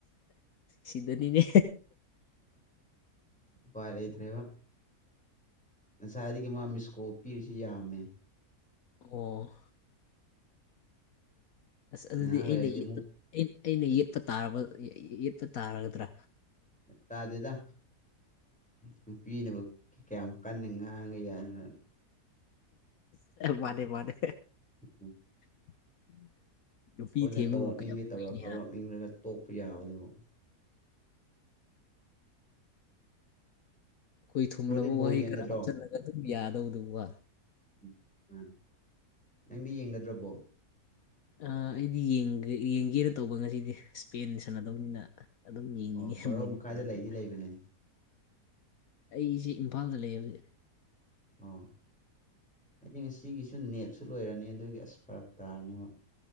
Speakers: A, on the left (about 65°); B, in the centre.
A: ꯁꯤꯗꯅꯤꯅꯦ
B: ꯎꯄꯥꯏ ꯂꯩꯇ꯭ꯔꯦꯕ ꯉꯁꯥꯏꯗꯒꯤ ꯃꯥ ꯃꯤꯁꯀꯣꯞ ꯄꯤꯔꯤꯁꯤ ꯌꯥꯝꯃꯦ
A: ꯑꯣ ꯑꯁ ꯑꯗꯨꯗꯤ
B: ꯉꯥꯏꯍꯥꯛ
A: ꯑꯩꯅ
B: ꯂꯩꯔꯗꯤ
A: ꯌꯦꯠ
B: ꯑꯃꯨꯛ
A: ꯑꯩꯅ ꯑꯩꯅ ꯌꯦꯄ ꯇꯥꯔꯕ ꯌꯦ ꯌꯦꯠꯄ ꯇꯥꯔꯒꯗ꯭ꯔꯥ
B: ꯇꯥꯗꯦꯗ ꯅꯨꯄꯤꯅꯕꯥꯛ ꯀꯌꯥꯝ ꯀꯟꯅ ꯉꯥꯡꯒꯦ ꯌꯥꯏꯅꯣꯠ
A: ꯃꯥꯅꯦ ꯃꯥꯅꯦ
B: ꯍꯨꯎꯝ
A: <inaudible> ꯅꯨꯄꯤ
B: ꯑꯩꯈꯣꯏꯅ
A: ꯊꯦꯝꯕꯕꯨ
B: ꯇꯧꯔꯛꯅꯤꯡꯗꯦ
A: ꯀꯌꯥꯝ
B: ꯇꯧꯔꯛ
A: ꯀꯨꯏꯅꯤ
B: ꯇꯧꯔꯛꯅꯤꯡꯂꯒ ꯇꯣꯛꯄ ꯌꯥꯕꯗꯨꯕꯨ
A: ꯑꯩꯈꯣꯏ ꯊꯨꯝꯂꯕ
B: ꯕ꯭ꯔꯣꯗꯤ ꯕꯣꯜ
A: ꯋꯥꯍꯩ
B: ꯌꯦꯡꯒꯗ꯭ꯔꯣ
A: ꯈꯔ ꯍꯥꯞꯆꯤꯜꯂꯒ ꯑꯗꯨꯝ ꯌꯥꯗꯧꯗꯨ ꯋꯥ
B: ꯎꯝ ꯃꯥꯅꯦ ꯅꯪꯗꯤ ꯌꯦꯡꯒꯗ꯭ꯔ ꯕꯣꯜ
A: ꯑ ꯑꯩꯗꯤ ꯌꯦꯡꯒꯦ ꯌꯦꯡꯁꯤꯔ ꯇꯧꯕ ꯉꯁꯤꯗꯤ ꯏꯁ꯭ꯄꯦꯟ ꯁꯥꯟꯅꯗꯧꯅꯤꯅ ꯑꯗꯨꯝ ꯌꯦꯡꯅꯤꯡꯉꯦ
B: ꯑꯣ ꯕꯥꯔꯣ
A: ꯃꯣꯏꯗꯤ
B: ꯃꯈꯥꯏꯗ
A: ꯐꯖꯕꯅꯤꯅ
B: ꯂꯩꯗꯤ ꯂꯩꯕꯅꯦ
A: ꯑꯩꯁꯦ ꯏꯝꯐꯥꯜꯗ ꯂꯩꯌꯦ ꯍꯧꯖꯤꯛ
B: ꯑꯣ ꯑꯩꯗꯤ ꯉꯁꯤꯒꯤꯁꯨ ꯅꯦꯠꯁꯨ ꯂꯣꯏꯔꯅꯤ ꯑꯗꯨꯒꯤ ꯑꯁ ꯐꯔꯛ ꯇꯥꯔꯅꯦꯕ